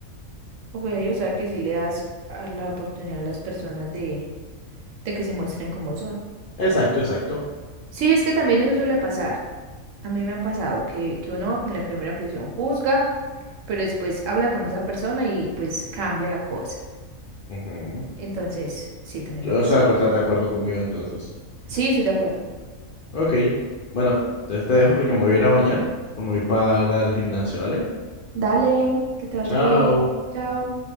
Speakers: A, on the right (about 70°); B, on the left (about 75°).
A: ok, o sea que sí le das a la oportunidad a las personas de, de que se muestren como son.
B: Exacto, exacto.
A: Sí, es que también eso suele pasar. A mí me ha pasado que, que uno con la primera presión juzga, pero después habla con esa persona y pues cambia la cosa.
B: Ujú.
A: Entonces, sí, también
B: O
A: me ha pasado.
B: sea, tú estás de acuerdo conmigo entonces.
A: Sí, estoy de acuerdo.
B: Ok. Bueno, entonces te dejo porque me voy a ir a bañar. Me voy para el gimnasio, ¿vale?
A: Dale, que te vaya
B: Chao.
A: bien. Chao.